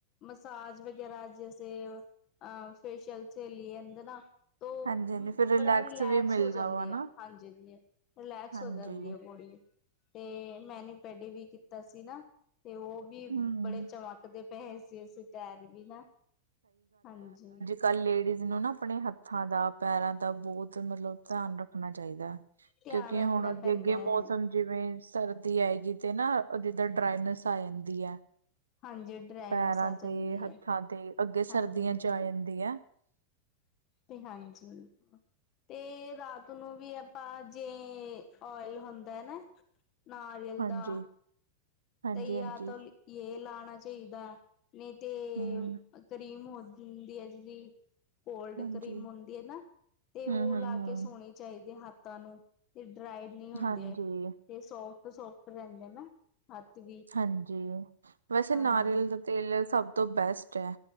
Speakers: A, on the left; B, on the right.
A: ਮਸਾਜ ਵਗੈਰਾ ਜੈਸੇ ਅ ਫੇਸ਼ਅਲ ਚਲੀ ਜਾਂਦੇ ਹੈ ਨਾ ਤੋਂ,
B: ਹਾਂਜੀ ਹਾਂਜੀ ਫਿਰ
A: ਬੜਾ ਰਿਲੈਕਸ
B: ਵੀ ਮਿਲਦਾ
A: ਹੋ ਜਾਂਦੇ
B: ਵਾ ਨਾ
A: ਆ, ਹਾਂਜੀ ਹਾਂ। ਰਿਲੈਕਸ
B: ਹਾਂਜੀ
A: ਹੋ ਜਾਂਦੀ ਹੈ ਬੋਡੀ, ਤੇ ਮੈਨ ਪੈਡੀ ਵੀ ਕੀਤਾ ਸੀ ਨਾ ਤੇ ਉਹ ਵੀ
B: ਹੂੰ
A: ਬੜੇ ਚਮਕ ਦੇ ਪਏ ਸੀ ਅਸੀਂ ਪੈਰ ਵੀ ਨਾ, ਹਾਂਜੀ
B: ਪਰ ਲੇਡੀਜ਼ ਨੂੰ ਨਾ ਆਪਣੇ ਹੱਥਾਂ ਦਾ ਪੈਰਾਂ ਦਾ ਬਹੁਤ ਮਤਲਬ ਧਿਆਨ ਰੱਖਣਾ ਚਾਹੀਦਾ।
A: ਧਿਆਨ
B: ਕਿਉਂਕਿ
A: ਰੱਖਣਾ
B: ਹੁਣ ਅੱਗੇ
A: ਪੈਂਦਾ
B: ਅੱਗੇ ਮੌਸਮ
A: ਹੈ
B: ਜਿਵੇਂ ਸਰਦੀ ਆਏਗੀ ਤੇ ਨਾ ਜਿੱਦਾਂ ਡਰਾਈਨੈਸ ਆ ਜਾਂਦੀ ਹੈ,
A: ਹਾਂਜੀ। ਡਰਾਈਨੈਸ
B: ਪੈਰਾਂ
A: ਆ
B: ਤੇ
A: ਜਾਂਦੀ
B: ਹੱਥਾਂ
A: ਹੈ
B: ਤੇ ਅੱਗੇ
A: ਹਾਂਜੀ
B: ਸਰਦੀਆਂ
A: ਹਾਂਜੀ
B: ਚ ਆ ਜਾਂਦੀ ਹੈ।
A: ਤੇ ਹਾਂਜੀ, ਬਿਲਕੁਲ, ਤੇ ਰਾਤ ਨੂੰ ਵੀ ਆਪਾਂ ਜੇ ਓਇਲ ਹੁੰਦਾ ਨਾ, ਨਾਰੀਅਲ
B: ਹਾਂਜੀ
A: ਦਾ,
B: ਹਾਂਜੀ
A: ਤੇ ਜਾ
B: ਹਾਂਜੀ
A: ਤਾਂ ਇਹ ਲਾਉਣਾ ਚਾਹੀਦਾ ਨਹੀਂ ਤੇ
B: ਹਮ
A: ਕਰੀਮ ਹੋ ਹੁੰਦੀ ਹੈ ਜਿਹੜੀ, ਕੋਲਡ
B: ਹਾਂਜੀ
A: ਕਰੀਮ ਹੁੰਦੀ ਹੈ, ਨਾ ਤੇ
B: ਹਮ
A: ਉਹ
B: ਹਮ
A: ਲਾ
B: ਹਮ
A: ਕੇ ਸੋਣੀ ਚਾਹੀਦੇ ਹੱਥਾਂ ਨੂੰ, ਤੇ ਡਰਾਈ ਨਹੀਂ ਹੁੰਦੇ
B: ਹਾਂਜੀ
A: ਤੇ ਸੋਫਟ ਸੋਫਟ ਰਹਿੰਦੇ ਨਾ, ਹੱਥ ਵੀ,
B: ਹਾਂਜੀ, ਵੈਸੇ
A: ਹਾਂਜੀ।
B: ਨਾਰੀਅਲ ਦਾ ਤੇਲ ਸਭ ਤੋਂ ਬੈਸਟ ਹੈ।